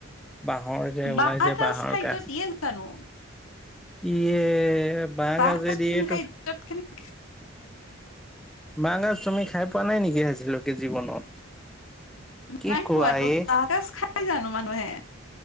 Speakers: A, in the centre; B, on the left.
A: বাঁহৰ যে ওলাই
B: বাঁহ
A: যে বাঁহৰ
B: খাদ্য
A: গাজ।
B: দিয়ে জানো?
A: ইয়ে বাহ
B: বাঁহ
A: গাজে
B: গাজ
A: দিয়েতো
B: তুমি খাদ্যত কেনেকে
A: বাঁহ গাজ তুমি খাই পোৱা নাই নেকি আজিলৈকে জীৱনত? কি
B: নাই
A: কোৱা
B: খোৱাতো
A: এ
B: বাঁহ গাজ খাই জানো মানুহে?